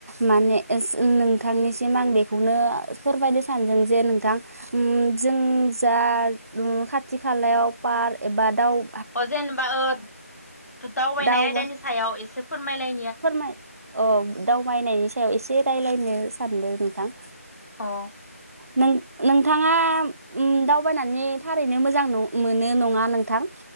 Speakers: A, on the right (about 70°); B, on the left (about 75°).
A: माने नोंथांनिसिम आं बेखौनो फोरमायनो सानदों जे नोंथां ओम जों जा खाथि खालायाव पार एबा दाउ
B: अ जेनेबा ओ दावबायनाय
A: दावबा
B: आयदानि सायाव एसे फोरमायलाय
A: फोरमाय अ दावबायनायनि सायाव एसे रायलायनो सानदों नोंथां
B: अह
A: नों नोंथाङा ओम दावबायनायनि थारैनो मोजां न' मोनो नङा नोंथां